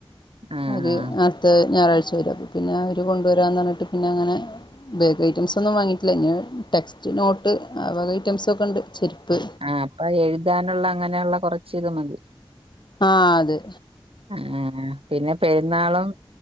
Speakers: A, on the right; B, on the left.
A: ആഹ്
B: ഒരു
A: ആഹ്
B: നാ അട്ത്ത ഞായറഴ്ച വരും അപ്പം പിന്നെ അവര് കൊണ്ടുവരാന്ന് പറഞ്ഞിട്ട് പിന്നങ്ങനെ ബാഗ് ഐറ്റംസൊന്നും വാങ്ങിയിട്ടില്ല ഇഞ്ഞ് ടെക്സ്റ്റ്, നോട്ട്, ആ വക ഐറ്റംസൊക്കെണ്ട് ചെരുപ്പ്
A: ആഹ് അപ്പൊ എഴുതാനുള്ള അങ്ങനെയുള്ള കുറച്ച് ഇത് മതി
B: ആഹ് അതെ
A: ആഹ് പിന്നെ പെരുന്നാളും